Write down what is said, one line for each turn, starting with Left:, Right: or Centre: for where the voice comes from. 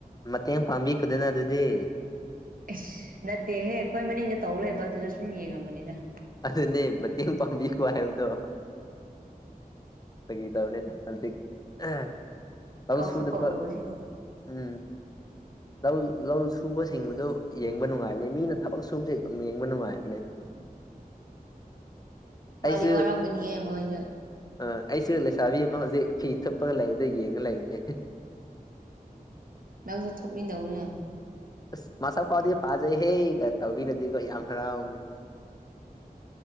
Left: ꯃꯇꯦꯡ ꯄꯥꯡꯕꯤꯈꯗꯅ ꯑꯗꯨꯗꯤ
Right: ꯑꯁ ꯅꯠꯇꯦꯍꯦ ꯑꯩꯈꯣꯏ ꯃꯅꯤꯡꯗ ꯇꯧ ꯂꯩꯕ ꯑꯗꯨꯗ ꯁꯨꯝ ꯌꯦꯡꯉꯝꯕꯅꯤꯗ
Left: ꯑꯗꯨꯅꯦ ꯃꯇꯦꯡ ꯄꯥꯡꯕꯤꯀꯣ ꯍꯥꯏꯕꯗꯣ ꯐꯒꯤ ꯇꯧꯅꯦꯗ ꯍꯧꯖꯤꯛꯑ ꯇꯧꯁꯨꯅꯕ
Right: ꯀꯧꯁꯨ ꯀꯧꯗꯕꯁꯤꯕꯨ
Left: ꯎꯝ ꯂꯧ ꯂꯧ ꯁꯨꯕꯁꯤꯡꯕꯗ ꯌꯦꯡꯕ ꯅꯨꯡꯉꯥꯏꯕꯅꯦ ꯃꯤꯅ ꯊꯕꯛ ꯁꯨꯕꯁꯦ ꯑꯗꯨꯝ ꯌꯦꯡꯕ ꯅꯨꯡꯉꯥꯏꯕꯅꯦ
Right: ꯋꯥꯗꯤ
Left: ꯑꯩꯁꯨ
Right: ꯋꯥꯔꯝꯒꯅꯤꯌꯦ ꯃꯣꯏꯁꯨ
Left: ꯑ ꯑꯩꯁꯨ ꯂꯩꯁꯥꯕꯤ ꯑꯃ ꯍꯧꯖꯤꯛ ꯐꯤ ꯊꯨꯞꯄꯒ ꯂꯩꯕꯗ ꯌꯦꯡꯉ ꯂꯩꯕꯅꯦ
Right: ꯅꯪꯁꯨ ꯊꯨꯞ ꯃꯤꯟꯅꯧ ꯅꯦ
Left: ꯑꯁ ꯃꯁꯛ ꯐꯥꯎꯗꯤ ꯐꯥꯖꯩꯍꯦ ꯇꯧꯕꯤꯔꯗꯤꯀꯣ ꯌꯥꯝ ꯍꯔꯥꯎꯕꯅꯦ